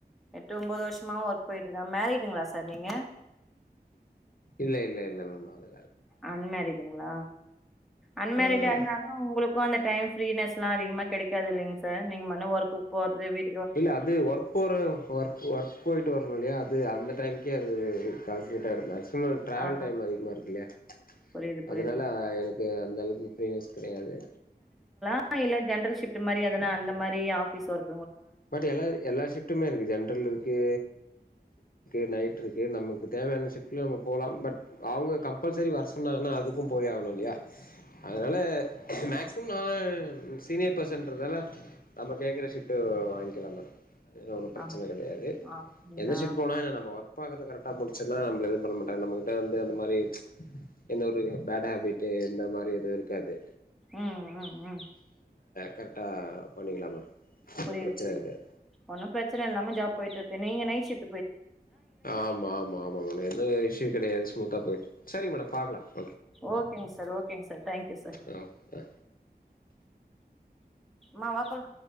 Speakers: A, in the centre; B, on the left (about 60°).
A: எட்டு ஒம்பது வர்ஷ்மா ஒர்க் போயிட்டு தான் மேரிடுங்ளா சார் நீங்க
B: இல்ல இல்ல இல்ல மேம் அது
A: அன்மேரிடுங்களா அன்மேரிடா
B: ஆ
A: இருந்தாலும் உங்ளுக்கும் அந்த டய் டைம் ஃரீனஸ்லாம் அதிக்மா கெடைக்காது இல்லைங் சார் நீங்க மன்ன ஒர்க் போறது வீட்டு
B: இல்ல அது ஒர்க் போற ஒர்க் ஒர்க் பொயிட்டு வரணும் இல்லையா அது அந்த டைம்க்கே அது <unintelligible> காசுக்கிட்டாந்த <unintelligible> ட்ராவல்
A: ஆ
B: டைம் அதிகமா இருக்கு இல்லையா
A: புரியுது புரியுதுங்க
B: அதனால எனக்கு அந்தளவுக்கு ஃப்ரீனஸ் கிடையாது
A: ஆ இல்ல ஜென்ரல் ஸிப்ட் மாதிரி எதனா அந்த மாதிரி ஆபிஸ் ஒர்க்
B: பட் எல்லா எல்லா ஷிப்டுமே இருக்கு ஜென்ரல் இருக்கே <unintelligible> நைட் ருக்கு நம்லுக்கு தேவையான ஷிஃப்ட் ல போலாம் பட் அவுங்க கம்பல்சரி வர்சொன்னாங்கனா அதுக்கு போயாகனும் இல்யா அதனால மேக்ஸ் <unintelligible> நான் சீனியர் பர்சன் கேக்ரதால நம்ம கேக்குற ஸிஃப்டு வாங் <unintelligible> அது ஒன்னும் பிரச்சன
A: அப்டி
B: கிடையாது
A: அப்டிங்களா
B: எந்த ஷிப்ட் போனா என்ன நம்ம ஒர்க் பாக்குற கரெக்டா முடிச்சுன்னா நம்மள எதும் பண்ண மாட்டாங்க நம்மகிட்ட வந்து அந்த மாதிரி எந்த ஒரு பேட் ஹேபிட்டு இந்த மாதிரி எதும் இருக்காது
A: ம் ம் ம்
B: கரெக்ட்டா பண்ணிக்லா மேம் ஒன்னு
A: புரியிது
B: பிரச்சன
A: புரியுதுங்க
B: இருக்காது
A: ஒன்னு பிரச்சன இல்லாம ஜாப் போய்ட்டுருக்கு நீங்க நைட் ஷிஃப்
B: ஆமா ஆமா ஆமா மேடம் எது இஷ்யூ கெடையாது ஸ்மூத்தா போய்ட்ருக் சரிங்க மேடம் பாக்கலா
A: ஓகேங் சார் ஓகேங் சார் தேங்க்யூ சார்
B: ஆ, ஆ.
A: மா வா போலா